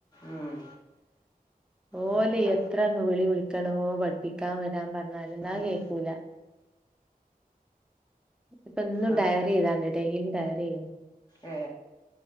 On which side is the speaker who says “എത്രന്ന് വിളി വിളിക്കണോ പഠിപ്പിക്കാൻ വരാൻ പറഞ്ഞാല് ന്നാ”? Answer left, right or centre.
Centre